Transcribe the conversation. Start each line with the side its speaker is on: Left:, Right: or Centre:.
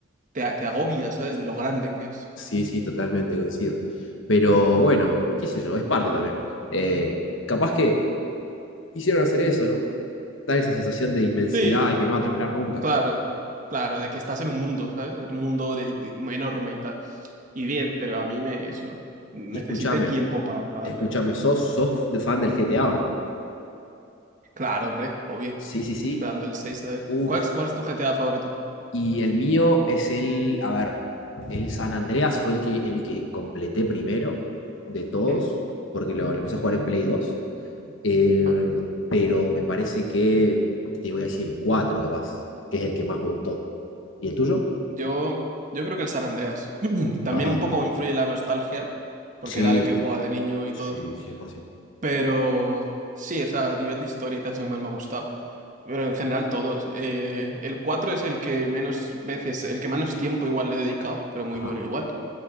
Right: te, a- te agobias, ¿sabes? De lo grande que es.
Left: Sí, sí, totalmente coincido. Pero bueno, qué sé yo, es parte también. Eh, capaz que hicieron hacer eso, ¿no? Dar esa sensación de inmensidad
Right: Sí,
Left: y que no va a terminar nunca.
Right: claro, claro, de que estás en un mundo, ¿sabes? Un mundo de, de- muy enorme y tal. Y bien, pero a mí me... Eso, necesité
Left: Y escúchame,
Right: tiempo para darle.
Left: escúchame, ¿sos, sos de fan del GTA o no?
Right: Claro, hombre, obvio.
Left: Sí, sí, sí.
Right: Estoy esperando el 6 a ver.
Left: Uf.
Right: ¿Cuál es, cuál es tu GTA favorito?
Left: Y el mío es el, a ver, el San Andreas fue el que, el que completé primero de todos,
Right: Hmm.
Left: porque lo, lo empecé a jugar en Play 2. Eh,
Right: Ah.
Left: pero me parece que te voy a decir el 4 capaz, que es el que más me gustó. ¿Y el tuyo?
Right: Yo, yo creo que el San Andreas. <clears throat> También
Left: Ajá,
Right: un poco influye la nostalgia, porque
Left: Sí,
Right: era el que jugaba de niño y
Left: sí,
Right: todo.
Left: cien por ciento
Right: Pero sí, o sea, a nivel de historia y tal es el que más me ha gustado. Pero en general todos. Eh, el 4 es el que menos veces, el que menos tiempo igual le he dedicado, pero muy
Left: Ajá,
Right: bueno igual.